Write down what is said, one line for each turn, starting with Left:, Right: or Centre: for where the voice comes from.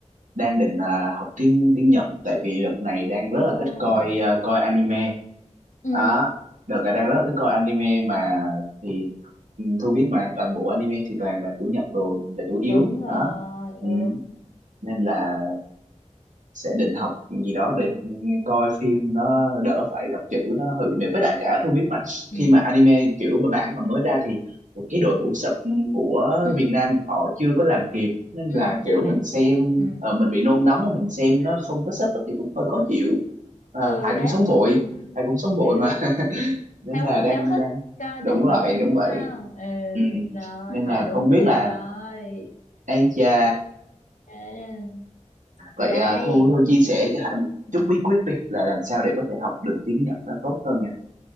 Right: đang định à, học tiếng tiếng Nhật tại vì đợt này đang
Left: Ồ.
Right: rất là thích coi à, coi anime
Left: Ừ
Right: đó đợt này đang rất là thích coi anime mà thì ừ, Thu biết mà toàn bộ anime thì toàn là của Nhật rồi là chủ yếu
Left: đúng rồi
Right: đó ừ.
Left: ừ
Right: nên là sẽ định học gì đó để coi phim nó đỡ phải đọc chữ nó hơi bị mệt với lại cả Thu biết mà
Left: ừ,
Right: khi mà anime kiểu bản mà mới ra thì cái đội ngũ sub của
Left: ừ
Right: Việt Nam họ chưa có làm kịp nên
Left: ừ
Right: là
Left: chưa
Right: kiểu
Left: làm
Right: mình xem
Left: kịp ừ
Right: ờ, mình bị nôn nóng mà mình xem nó không có sub thì cũng hơi khó chịu à,
Left: ừ
Right: ai
Left: đấy
Right: cũng sống vội
Left: ừ.
Right: ai cũng sống vội
Left: ừ
Right: mà <laughs> nên
Left: háo
Right: là
Left: hức
Right: đang
Left: háo hức
Right: đang
Left: coi
Right: đúng
Left: bạn
Right: vậy
Left: mới đúng
Right: đúng vậy
Left: không ừ
Right: ừ.
Left: rồi
Right: nên
Left: hỏi
Right: là
Left: đúng
Right: không biết
Left: người
Right: là
Left: rồi
Right: ai chà
Left: <laughs> ừ.
Right: Vậy
Left: thì đây
Right: à, Thu Thu chia sẻ cho Hải một
Left: ừ.
Right: chút bí quyết đi là làm sao để có thể học được tiếng Nhật nó tốt hơn nha.